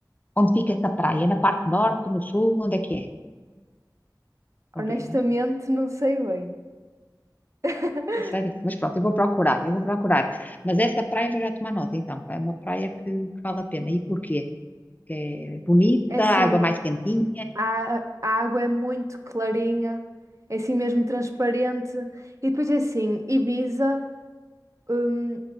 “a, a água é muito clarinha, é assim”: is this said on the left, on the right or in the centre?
Right